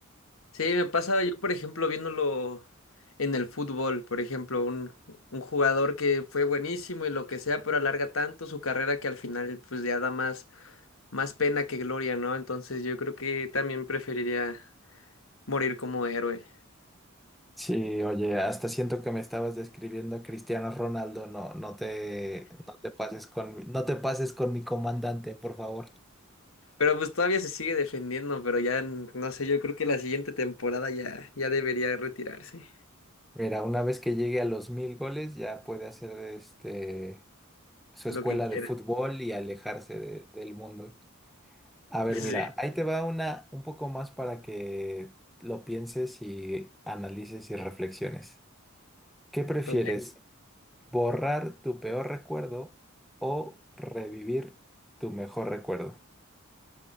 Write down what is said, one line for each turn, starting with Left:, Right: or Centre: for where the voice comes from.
Left: Sí, me pasa yo, por ejemplo, viéndolo en el fútbol, por ejemplo, un, un jugador que fue buenísimo y lo que sea, pero alarga tanto su carrera que al final pues ya da más, más pena que gloria, ¿no? Entonces yo creo que también preferiría morir como héroe.
Centre: Sí, oye, hasta siento que me estabas describiendo a Cristiano Ronaldo, no, no te, no te pases con, mi- no te pases con mi comandante, por favor.
Left: Pero pues todavía se sigue defendiendo, pero ya, no sé, yo creo que la siguiente temporada ya, ya debería retirarse.
Centre: Mira, una vez que llegue a los mil goles, ya puede hacer este. su escuela
Left: Lo que quieras.
Centre: de fútbol
Left: <laughs>
Centre: y alejarse de- del mundo. A ver,
Left: Sí.
Centre: mira, ahí te va una un poco más para que lo pienses y analices y reflexiones. ¿Qué prefieres?
Left: Ok.
Centre: ¿Borrar tu peor recuerdo o revivir tu mejor recuerdo?